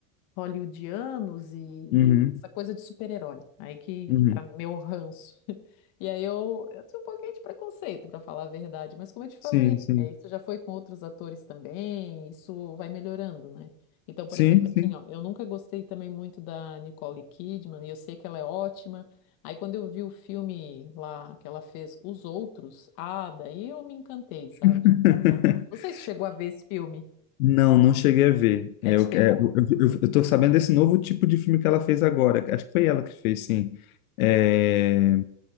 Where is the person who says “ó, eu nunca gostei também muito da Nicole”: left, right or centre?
Left